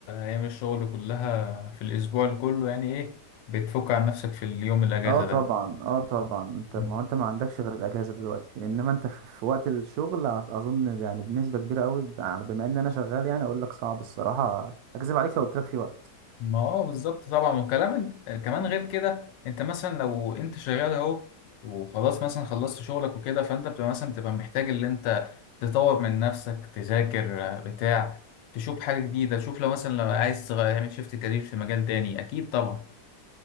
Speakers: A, on the left; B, on the right.
A: ايام الشغل كلها في الاسبوع اللي كله يعني ايه بتفك عن نفسك في اليوم الاجازة
B: اه طبعا اه طبعا انت
A: ده
B: ما هو انت ما عندكش غير الاجازه دلوقتي انما انت في في وقت الشغل أظ- اظن يعني بنسبه كبيره قوي ب- بما ان انا شغال يعني اقول لك صعب الصراحه اكذب عليك لو قلت لك في وقت
A: ما اه بالظبط طبعا وكلام انت كمان غير كده انت مثلا لو انت شغال اهو وخلاص مثلا خلصت شغلك وكده فانت بتبقى مثلا بتبقى محتاج اللي انت تطور من نفسك تذاكر آه، بتاع تشوف حاجة جديدة تشوف لو مثلا لو عايز تغير- تعمل شيفت كارير في مجال تاني اكيد طبعا